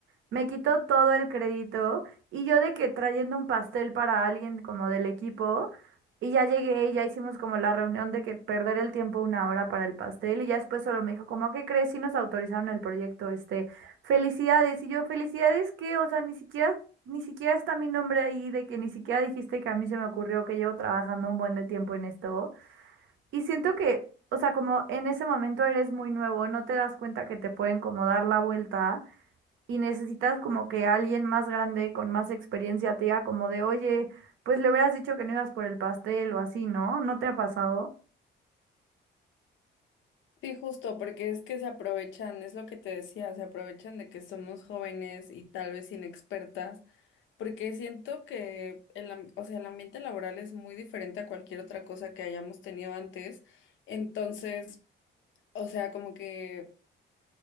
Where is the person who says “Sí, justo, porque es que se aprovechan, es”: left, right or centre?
Left